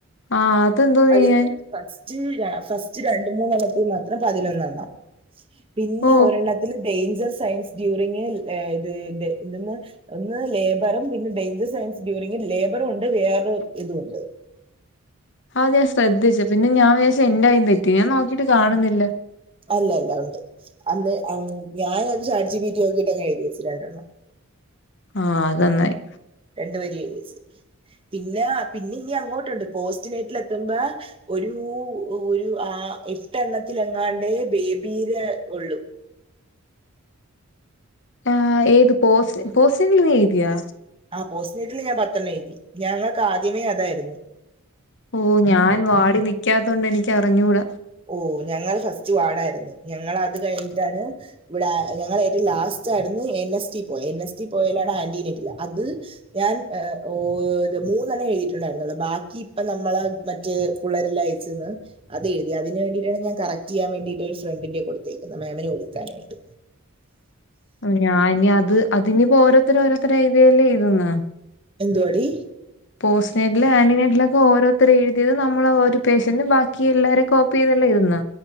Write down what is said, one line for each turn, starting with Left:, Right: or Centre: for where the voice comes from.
Left: ആഹ് അതെന്തോ ചെയ്യാൻ
Right: അതില് ഫസ്റ്റ് ര ഫസ്റ്റ് രണ്ട് മൂന്നെണ്ണത്തിൽ മാത്രം പതിനൊന്നെണ്ണം പിന്നെ
Left: ഓ
Right: ഒരെണ്ണത്തില് ഡേയ്ഞ്ചർ സയൻസ് ഡ്യൂറിങ് ഏ ഇത് ത് എന്തെന്ന് ഒന്ന് ലേബറും പിന്നെ ഡേയ്ഞ്ചർ സയൻസ് ഡ്യൂറിംഗ് ലേബറുണ്ട് വേറൊ ഇതുണ്ട്
Left: ആ തായാ ഞാൻ ശ്രദ്ധിച്ചു പിന്നെ ഞാൻ വിചാരിച്ച് എന്റെ കയ്യ്ന്ന് തെറ്റി ഞാൻ നോക്കീട്ട് കാണുന്നില്ല
Right: അല്ലല്ല ഉണ്ട് അന്ന് അം ഞാനത് ചാറ്റ് ജി ബിറ്റി ഓക്കീറ്റ് അങ്ങ് എഴുതിവെച്ച് രണ്ടണ്ണം
Left: ആഹ് അത് നന്നായി
Right: രണ്ട് വരി എഴ്‌തി വെച്ച് പിന്നേ പിന്നിം ഇഞ്ഞ് അങ്ങോട്ട്ണ്ട് പോസ്റ്റ്നൈറ്റിലെത്തുമ്പോ ഒരൂ ഒരു ആ എട്ടെണ്ണത്തിലെങ്ങാണ്ട് ബേബീരേ ഒള്ളൂ
Left: ആഹ് ഏത് പോസ് പോസ ൻ ലു എയ്ത്യാ
Right: ആഹ് പോസ്റ്റ് നൈറ്റിൽ ഞാൻ പത്തണ്ണം എയ്തി ഞങ്ങൾക്ക് ആദ്യമേ അതായിരുന്നു
Left: ഓഹ് ഞാൻ വാഡിൽ നിക്കാത്തോണ്ട് എനിക്കറിഞ്ഞൂട
Right: ഓഹ് ഞങ്ങള് ഫസ്റ്റ് വാഡായിരുന്നു ഞങ്ങള് അത് കഴിഞ്ഞിട്ടാണ് ഇവിടെ ഞങ്ങള് ഏറ്റും ലാസ്റ്റ് ആയിരുന്നു എൻ എസ് ടി പോയേ എൻ എസ് ടി പോയേലാണ് ആന്റീനേറ്റില് അത് ഞാൻ ഏ ഓ ത് മൂന്നണ്ണേ എഴ്‌തീട്ടുണ്ടായിരുന്നൊള്ളു ബാക്കി ഇപ്പ നമ്മളെ മ റ്റേ പുള്ളേരെല്ലാം അയച്ചന്ന് അത് എ തി അതിന് വേണ്ടീട്ടാണ് ഞാൻ കറക്റ്റീയ്യാൻ വേണ്ടീട്ട് ഒരു ഫ്രണ്ടിന്റെ കൊട്ത്തേക്ക്ന്ന് മാമിന് കൊടുക്കാനായിട്ട്
Left: ഞാനി അത് അത്ഞ്ഞ്പ്പോ ഓരോത്തര് ഓരോത്തരെഴുതിയേല് എഴ്‌ത് ന്നോ
Right: എന്തുവാ ടീ
Left: പോസ്റ്റെഡില് ആൺമേനെഡിലൊക്കെ ഓരോരുത്തര് എഴുതിയത് നമ്മള് ഓര് പേഷ്യന്റും ബാക്കി എല്ലാവാരും കോപ്പി ചെയതല്ലെ എഴുതുന്ന